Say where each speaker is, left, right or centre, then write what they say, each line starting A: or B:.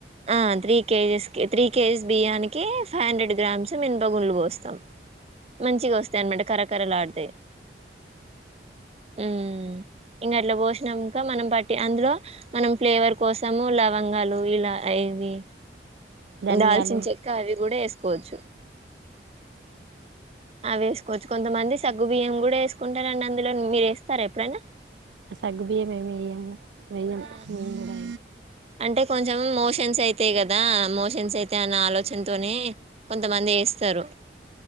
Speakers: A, on the right; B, on the right.
A: ఆ త్రీ కేజీస్ కి త్రీ కేజీస్ బియ్యానికి ఫైవ్ హండ్రెడ్ గ్రామ్స్ మినపగుండ్లు పోస్తాం మంచిగా వస్తాయ్ అనమాట కరకరలాడుతాయి హ్మ ఇంకా అట్లా పోషినకా మనం బట్టి అందులో మనం ఫ్లేవర్ కోసము లవంగాలు ఇలా ఇవి
B: ధనియాలు
A: దాల్చిన చెక్క అవి కూడా వేసుకోవచ్చు అవి వేసుకోవచ్చు కొంతమంది సగ్గు బియ్యం కూడా వేసుకుంటారండి అందులో మీరు వేస్తారా ఎప్పుడైనా
B: సగ్గుబియ్యం ఏమియ్యము వెయ్యం
A: ఆ
B: మేం కూడా
A: అంటే కొంచెం మోషన్స్ అయితే కదా మోషన్స్ అయితే అన్న ఆలోచనతోనే కొంతమంది వేస్తరు